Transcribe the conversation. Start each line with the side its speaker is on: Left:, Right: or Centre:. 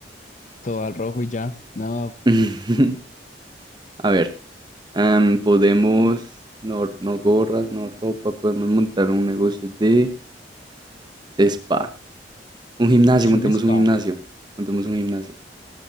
Left: todo al rojo y ya. No,
Right: <laughs>
Left: es que,
Right: A ver, am, podemos, no, no gorras, no ropa, podemos montar un negocio de, de spa. Un gimnasio,
Left: ush,
Right: montemos
Left: un spa.
Right: un gimnasio. Montemos un gimnasio.